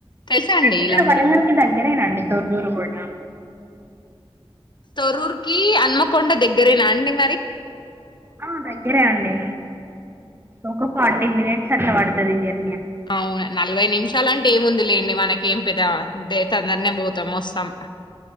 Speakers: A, on the left; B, on the right.
A: తెలుసా అండి
B: ఇక్కడ
A: ఇలమ్మడోలు
B: వన మూలిమలుదగ్గరేనండి దర్ దూరు కూడాడా
A: తరూర్కిి అన్మకొండ దగ్గరేనా అండి
B: ఆ దగ్గరే అండి ఒక ఫార్టీ మినిట్స్ అట్ట పడుతుంది జ
A: అవును నలభై నిమిషాలంటే ఏముందిలేండి మనకి ఏం పెదా డేటా దన్నే పోతం మొస్తాం